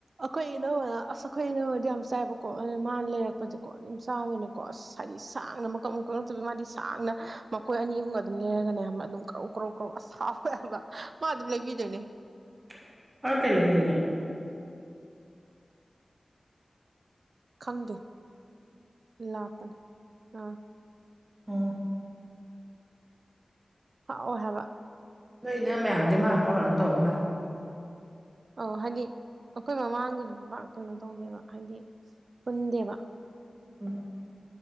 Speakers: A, on the right; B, on the right.
A: ꯑꯩꯈꯣꯏ ꯏꯅꯧ ꯑꯁ ꯑꯩꯈꯣꯏ ꯏꯅꯅꯗꯤ ꯌꯥꯝ ꯆꯥꯏꯕꯀꯣ ꯃꯥꯅ ꯂꯩꯔꯛꯄꯁꯦꯀꯣ ꯑꯗꯨꯝ ꯆꯥꯏ ꯇꯥꯗꯣꯏꯅꯦꯀꯣ ꯑꯁ ꯍꯥꯏꯗꯤ ꯁꯥꯡꯅ ꯃꯀꯛ ꯃꯀꯪꯛꯇꯕꯤꯒꯤ ꯃꯥꯗꯤ ꯁꯥꯡꯅ ꯃꯈꯣꯏ ꯑꯅꯤ ꯑꯍꯨꯝꯒ ꯑꯗꯨꯝ ꯂꯩꯔꯒꯅꯦ ꯑꯗꯨꯝ ꯀ꯭ꯔꯧ ꯀ꯭ꯔꯧ ꯀ꯭ꯔꯧ ꯑꯁꯥꯎꯋꯦ ꯍꯥꯏꯕ ꯃꯥ ꯑꯗꯨꯝ ꯂꯩꯕꯤꯗꯣꯏꯅꯦ
B: <unintelligible> ꯀꯥ ꯀꯩꯂꯝꯗꯅꯣ
A: ꯈꯪꯗꯦ ꯂꯥꯄꯅꯤ ꯑꯥ
B: ꯑꯝ
A: ꯍꯥꯎꯏ ꯍꯥꯌꯕꯥ
B: ꯅꯣꯏ ꯏꯅꯦ ꯃꯌꯥꯝꯗꯤ ꯃꯥ ꯈꯔ ꯀ ꯇꯧ ꯃꯥꯜ
A: ꯑ ꯍꯥꯏꯗꯤ ꯑꯩꯈꯣꯏ ꯃꯃꯥꯡꯒꯤꯗꯤ ꯃꯥ ꯀꯩꯅꯣ ꯇꯧꯗꯦꯕ ꯍꯥꯏꯗꯤ ꯄꯨꯟꯗꯦꯕ
B: ꯎꯝ